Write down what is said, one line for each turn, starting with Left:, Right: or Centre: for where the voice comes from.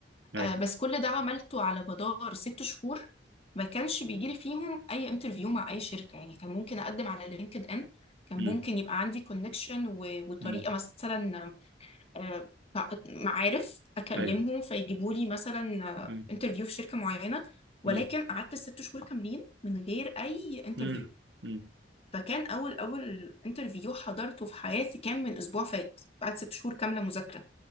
Right: ايوه
Left: آه، بس كل ده عملته على مدار ست شهور ما كانش بيجيلي فيهم أي انترفيو مع أي شركة يعني كان ممكن أقدم على لينكد إن كان
Right: مم.
Left: ممكن يبقى عندي كونكشن وطريقة
Right: مم.
Left: مثلا آه، معارف اكلمهم
Right: ايوه
Left: فيجيبوا لي مثلا
Right: مم.
Left: انترفيو في شركه معينه ولكن
Right: مم.
Left: قعدت ست شهور كاملين من غير اي انترفيو
Right: مم. مم.
Left: فكان اول اول انترفيو حضرته في حياتي كان من اسبوع فات بعد ست شهور كامله مذاكره